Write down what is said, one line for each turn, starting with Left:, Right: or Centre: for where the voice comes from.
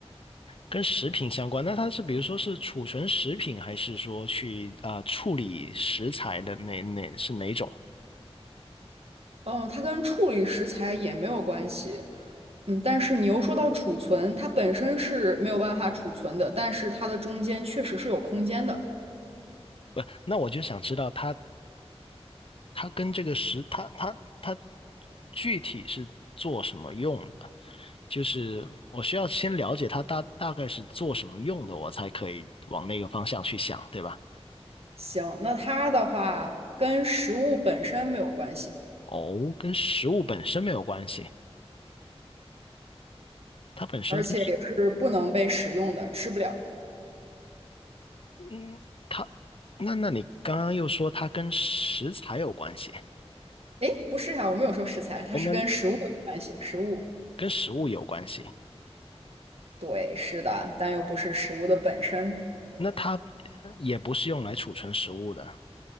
Left: 跟食品相关，那它是比如说是储存食品，还是说去啊、处理食材的哪哪是哪种？
Right: 哦，呃它跟处理食材也没有关系，嗯，但是你又说到储存，它本身是没有办法储存的，但是它的中间确实是有空间的。
Left: 不，那我就想知道它它跟这个食，它它它具体是做什么用的？就是我需要先了解它大大概是做什么用的，我才可以往那个方向去想，对吧？
Right: 行，那它的话跟食物本身没有关系，
Left: 哦，跟食物本身没有关系，它本身跟
Right: 而且也是不能被使用的，吃不了。
Left: 嗯，它那那你刚刚又说它跟食材有关系，
Right: 诶，不是呀，我没有说食材，它是跟食物有关系，
Left: 跟跟
Right: 食物，
Left: 跟食物有关系，
Right: 对，是的，但又不是食物的本身，
Left: 那它也不是用来储存食物的。